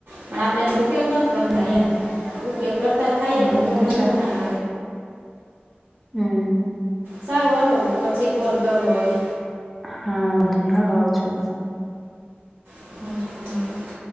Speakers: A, on the right; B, in the centre.
A: પણ આપડે એનો ઉપયોગ નથી કરતા
B: હમ
A: એમ ઉપયોગ કરતા થઈ
B: હા
A: ને
B: એ
A: તો વાંધો
B: છે
A: ના.
B: હમ્મ.
A: સારું હાલો પછી કોલ કરું હવે.
B: હા બ ફણાલ આવ છે તો.
A: <inaudible>